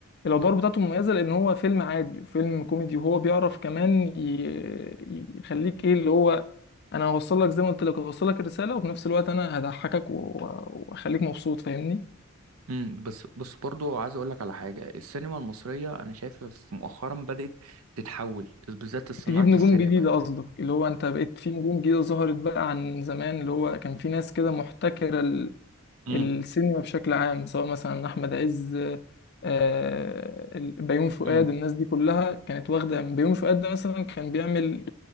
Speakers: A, on the left (about 50°); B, on the right (about 75°).
A: الادوار بتاعته مميزه لان هو فيلم عادي وفيلم كوميدي وهو بيعرف كمان ي... يخليك ايه اللي هو انا هوصل لك زي ما قلت لك هوصل لك الرساله وفي نفس الوقت انا هضحكك و- واخليك مبسوط فاهمني
B: مم. بس بس برضو عايز اقول لك على حاجه السينما المصريه انا شايف في- مؤخرا بدات تتحول بالذات صناعه
A: تجيب نجوم
B: السينما
A: جديدة قصدك اللي هو انت بقيت في نجوم جديدة ظهرت بقى عن زمان اللي هو كان في ناس كده محتكرة ال-
B: امم
A: السينما بشكل عام سواء مثلا أحمد عز آه، ال- بيومي فؤاد
B: امم
A: الناس دي كلها كانت واخدة بيومي فؤاد ده مثلا كان بيعمل